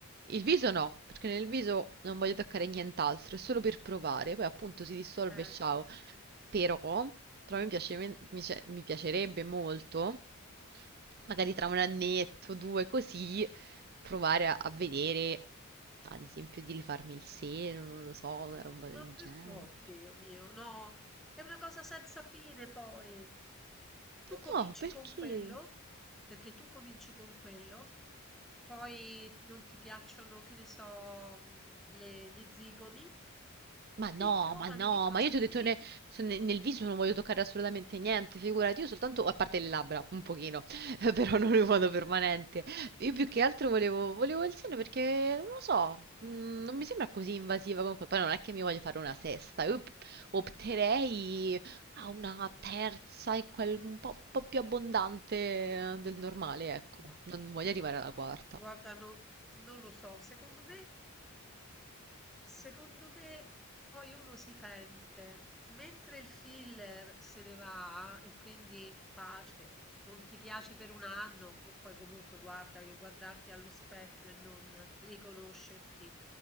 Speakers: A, on the right; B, in the centre.
A: Il viso no, perché nel viso non voglio toccare nient'altro, è solo per provare, poi appunto si dissolve
B: Eh.
A: e ciao. Però, però mi piace- mi- mi mi piacerebbe molto magari tra un annetto, due, così, provare a, a vedere, ad esempio, di rifarmi il seno, non lo so, una roba del
B: Ma
A: genere.
B: perché? Oddio mio, no, è una cosa senza fine poi. Tu cominci
A: No, perché?
B: con quello, perché tu cominci con quello, poi non ti piacciono, che ne so, mm, le- gli zigomi.
A: Ma no,
B: Sei giovane,
A: ma no,
B: che cosa
A: ma io ti
B: ti
A: ho detto
B: devi...
A: ne- se ne- nel viso non voglio toccare assolutamente niente, figurati, io soltanto, a parte le labbra, un pochino, <laughs> però non in modo permanente. Io più che altro volevo, volevo il seno perché, non lo so, mm, non mi sembra così invasiva comunque, poi non è che mi voglio fare una sesta, io p- opterei a una terza e quel un po', un po' più abbondante del normale, ecco,
B: No,
A: non voglio arrivare alla quarta.
B: guarda, no- non lo so, secondo me Secondo me poi uno si pente, mentre il filler se ne va e quindi pace, non ti piaci per un anno e poi comunque guarda che guardarti allo specchio e non riconoscerti